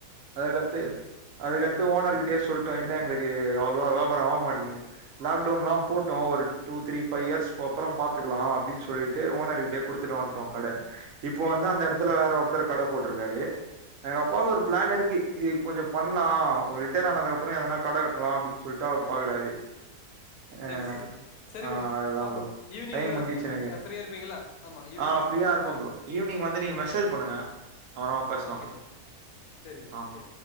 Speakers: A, on the right; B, on the left.
A: அதுக்கத்து
B: ஓகே
A: அதுக்க து ஓனர்கிட்டயே சொல்லிட்டோ இல்ல எங்களுக்கு அவ்வளவா வியாபார ஆக மாட்டங்குது லாக்டவுன் எல்லா போட்டோ ஒரு டூ த்ரீ பஃபைவ் இயர்ஸ்க்கு அப்புற பாத்துக்கலா அப்படின்னு சொல்லிட்டு ஓனர்கிட்டயே குடுத்துட்டு வந்துட்டோ கடை இப்போ வந்து அந்த
B: சேரி
A: இடத்துல
B: சேரி
A: வேற ஒருத்தரு கடை போட்டிருக்காரு எங்க அப்பாக்கு ஒரு பிளான் இருக்கு இது கொஞ்ச பண்லா அவுரு ரிட்டர்டு ஆனதுக்கு அப்பற எதனா கடை வெக்கலா அப்படினு சொல்ட்டு அவுரு பாக்குறாரு
B: சரி
A: ஆஹ்
B: சரி ப்ரோ சரி
A: ஆஹ்
B: ப்ரோ
A: அதுதா
B: பாப்போ
A: ப்ரோ
B: ஈவினிங்கு
A: டைம் முடுஞ்சிச்சு எனக்கு மெசேஜ் பண்ணுங்க
B: ஃப்ரீயா இருப்பீங்களா ஆமா ஈவினிங்
A: ஆஹ்
B: இருப்பீங்கள
A: ஃப்ரீயா இருப்பம் ப்ரோ ஈவினிங் வந்து நீங்க மெசேஜ் பண்ணுங்க அப்றமா பேசலாம்
B: ஓகே ப்ரோ சரி ப்ரோ
A: ஆஹ்
B: சரி